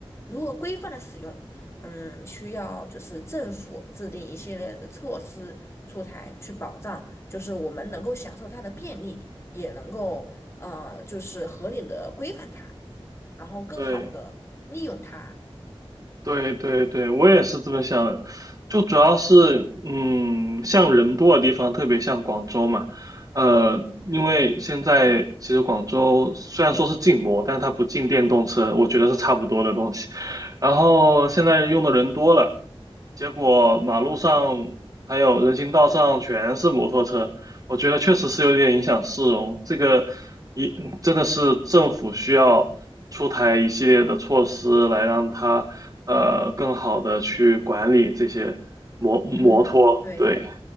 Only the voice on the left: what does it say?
如何规范的使用。嗯，需要就是政府制定一系列的措施出台，去保障就是我们能够享受它的便利，也能够呃就是合理的规范它，然后更好的利用它。
嗯，对，